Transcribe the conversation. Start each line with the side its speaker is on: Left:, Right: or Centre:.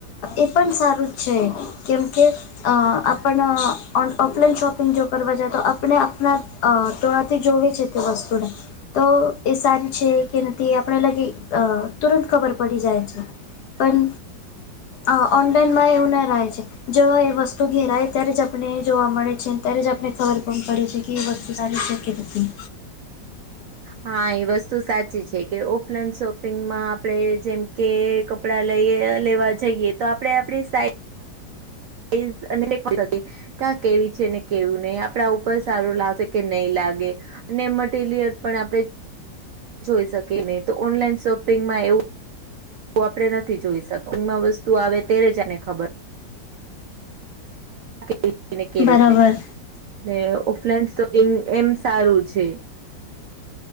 Left: એ પણ સારું જ છે કેમ કે આપના આપણે શોપિંગ જો કરવા જાય તો આપને આપના તો <unintelligible> જોવી છે તે વસ્તુને તો એ સારી છે કે નથી એ આપણાને તુરંત ખબર પડી જાય છે. પણ આ ઓનલાઈનમાં એવું ન રહે છે. જો એ વસ્તુ ઘેર આવે ત્યારે જ આપને જોવા મળે છે અને ત્યારે જ આપને ખબર પણ પડે છે. કે વસ્તુ સારી છે કે નથી.
Right: હા એ વસ્તુ સાચી છે કે ઓફલાઈન શોપિંગમાં આપણે જેમ કે કપડા લઈએ લેવા જઈએ તો આપણે આપણી સાઈ ઈઝ અને <unintelligible> કેવી છે ને કેવું નહી આપણા ઉપર સારું લાગસે કે નહી લાગે. અને મટીલ્યલ પણ આપણે જોઈ શકે નહી તો ઑનલાઇન શોપિંગ માં એવું આપણે નથી જોઈ શકતા ઘરમાં વસ્તુ આવે ત્યારે જ એની ખબર પડે છે. <unintelligible>
Left: બરાબર
Right: ઓફલાઈન શોપિંગ એમ સારું છે.